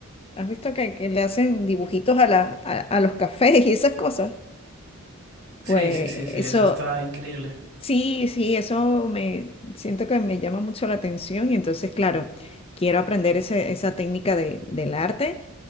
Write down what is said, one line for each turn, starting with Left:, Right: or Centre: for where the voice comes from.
Left: ¿Has visto que, que le hacen dibujitos a, la, a, a los cafés y esas cosas?
Right: Sí,
Left: Pues
Right: sí, sí, sí,
Left: eso,
Right: eso está increíble.
Left: sí, sí, eso me siento que me llama mucho la atención y entonces, claro, quiero aprender ese- esa técnica de, del arte